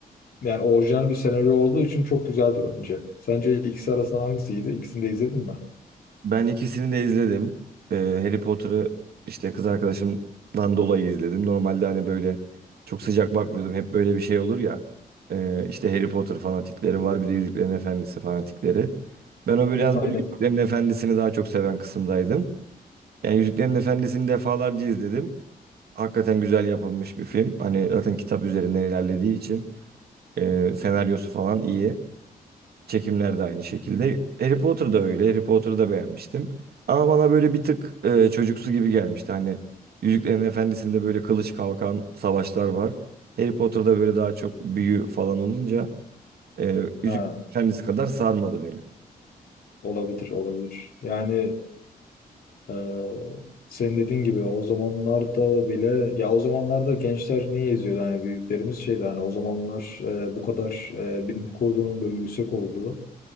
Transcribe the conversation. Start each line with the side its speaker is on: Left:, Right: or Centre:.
Left: yani orijinal bir senaryo olduğu için çok güzeldi bence. Sence ikisi arasından hangisiydi? İkisini de izledin mi?
Right: Ben ikisini de izledim. Ee, Harry Potter'ı işte kız arkadaşımdan dolayı izledim. Normalde hani böyle çok sıcak bakmıyordum. Hep böyle bir şey olur ya. Ee, işte Harry Potter fanatikleri var bir de Yüzüklerin Efendisi fanatikleri. Ben o biraz böyle
Left: Aynen.
Right: Yüzüklerin Efendisi'ni daha çok seven kısımdaydım. Yani Yüzüklerin Efendisi'ni defalarca izledim. Hakikaten güzel yapılmış bir film. Hani zaten kitap üzerinden ilerlediği için e, senaryosu falan iyi. Çekimler de aynı şekilde. Harry Potter da öyle. Harry Potter'ı da beğenmiştim. Ama bana böyle bir tık e, çocuksu gibi gelmişti. Hani Yüzüklerin Efendisi'nde böyle kılıç kalkan savaşlar var. Harry Potter'da böyle daha çok büyü falan olunca e, Yüzüklerin
Left: Ha,
Right: Efendisi kadar sarmadı beni.
Left: olabilir olabilir. Yani e, senin dediğin gibi o zamanlarda bile ya o zamanlarda gençler niye izliyordu? Hani büyüklerimiz şeydi hani o zamanlar e, bu kadar e, bilim kurgunun böyle yüksek olduğu